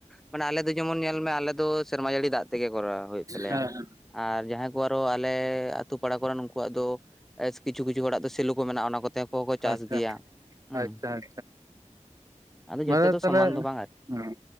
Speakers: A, in the centre; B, on the right.
A: ᱢᱟᱱᱮ ᱟᱞᱮ ᱫᱚ ᱡᱮᱢᱚᱱ ᱧᱮᱞ ᱢᱮ ᱟᱞᱮ ᱫᱚ ᱥᱮᱨᱢᱟ ᱡᱟᱹᱲᱤ ᱫᱟᱜ ᱛᱮᱜᱮ ᱠᱚᱨᱟᱣ ᱦᱩᱭᱩᱜ ᱛᱟᱞᱮᱭᱟ
B: ᱦᱮᱸ
A: ᱟᱨ ᱡᱟᱦᱟᱸᱭ ᱠᱚ ᱟᱨᱚ ᱟᱞᱮ ᱟᱹᱛᱩ ᱯᱟᱲᱟ ᱠᱚᱨᱮᱱ ᱩᱱᱠᱩᱣᱟᱜ ᱫᱚᱼᱟ <unintelligible> ᱠᱤᱪᱷᱩ - ᱠᱤᱪᱷᱩ ᱦᱚᱲᱟᱜ ᱫᱚ ᱥᱮᱞᱳ ᱠᱚ ᱢᱮᱱᱟᱜᱼᱟ, ᱚᱱᱟ ᱠᱚᱛᱮ ᱠᱚᱠᱚ ᱪᱟᱥ
B: ᱟᱪᱪᱷᱟ
A: ᱜᱮᱭᱟ ᱦᱩᱸ
B: ᱟᱪᱪᱷᱟ ᱟᱪᱪᱷᱟ
A: ᱟᱫᱚ ᱡᱚᱛᱚ
B: ᱢᱟᱱᱮ
A: ᱫᱚ
B: ᱛᱟᱦᱚᱞᱮ
A: ᱥᱚᱢᱟᱱ
B: ᱦᱮᱸ
A: ᱫᱚ ᱵᱟᱝ ᱟᱨᱠᱤ